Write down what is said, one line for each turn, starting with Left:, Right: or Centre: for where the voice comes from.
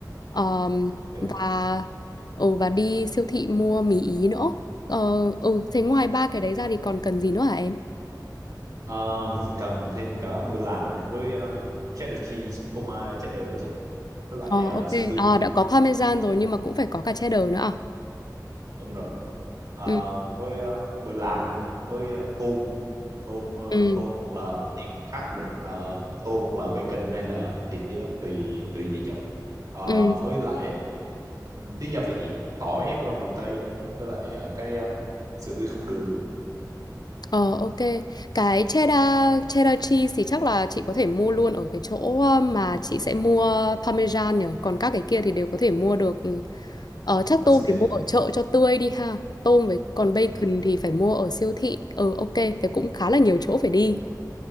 Left: Ờm,
Right: ok.
Left: và ừ và đi siêu thị mua mì ý nữa. Ờ ừ thế ngoài ba cái đấy ra thì còn cần gì nữa hả em?
Right: Ờ, mình cần thêm cả bơ lạc này với um, cheddar cheese phô mai cheddar á chị với lại
Left: Ờ
Right: ờ,
Left: ok,
Right: sữa tươi
Left: à,
Right: không
Left: đã có parmesan rồi nhưng mà cũng phải có cả cheddar nữa à?
Right: đúng rồi Ờ,
Left: Ừ
Right: với ờ, bơ lạc nữa này với ờ, tôm tôm ờ,
Left: ừ
Right: tôm hoặc là thịt khác được Ờ, tôm hoặc là bacon hay là thịt gì đó tùy tùy chị chọn Ờ,
Left: ừ.
Right: với lại tí gia vị tỏi rau mùi tây với lại ờ, cái ờ, sữa tươi không đường nữa
Left: Ờ ok, cái cheddar cheddar cheese thì chắc là chị có thể mua luôn ở cái chỗ ờ, mà chị sẽ mua parmesan nhỉ, còn các cái kia thì đều có thể mua được. Ừ. Ờ chắc
Right: ở
Left: tôm
Right: siêu
Left: thì
Right: thị
Left: mua ở chợ cho tươi đi ha. Tôm với còn bacon
Right: dạ
Left: thì phải mua ở siêu thị. Ừ ok, thế cũng khá là nhiều chỗ phải đi.